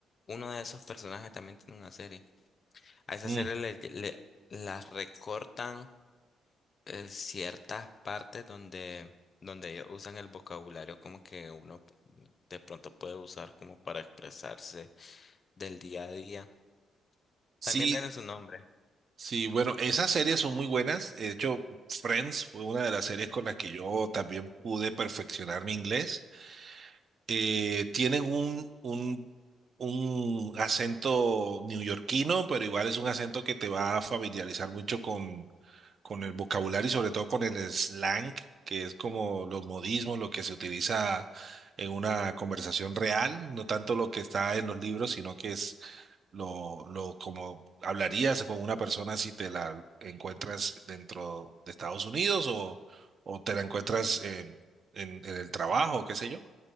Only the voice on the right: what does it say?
Mm.
Sí,
Sí, bueno, esas series son muy buenas. De hecho, Friends fue una de las series con las que yo también pude perfeccionar mi inglés. Eh, tienen un, un, un acento neoyorquino, pero igual es un acento que te va a familiarizar mucho con, con el vocabulario y sobre todo con el slang, que es como los modismos, lo que se utiliza en una conversación real, no tanto lo que está en los libros, sino que es lo, lo, como hablarías con una persona si te la encuentras dentro de Estados Unidos o, o te la encuentras en, en- en el trabajo, qué sé yo.